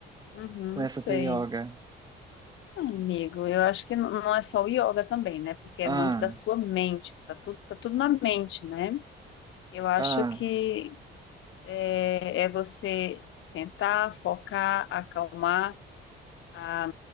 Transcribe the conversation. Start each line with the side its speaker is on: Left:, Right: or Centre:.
Left: Uhum,
Right: com essa
Left: sei.
Right: tua yoga?
Left: Não, Amigo, eu acho que não não é só o yoga também, né? Porque
Right: Ah,
Left: é muito da sua mente, tá tudo, tá tudo na mente, né? Eu acho
Right: ah,
Left: que é, é você sentar, focar, acalmar a,